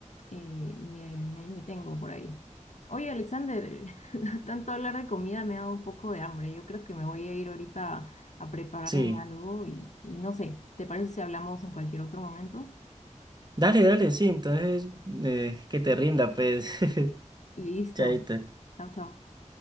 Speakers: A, on the left; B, on the right.
A: eh, me, me detengo por ahí. Oye, Alexander, <laughs> tanto hablar de comida me ha dado un poco de hambre. Yo creo que me voy a ir ahorita a, a prepararme
B: Sí,
A: algo y, y no sé, ¿te parece si hablamos en cualquier otro momento?
B: dale, dale, sí, entonces eh, que te rinda, pues, <laughs>
A: Listo.
B: chaita.
A: Chao, chao.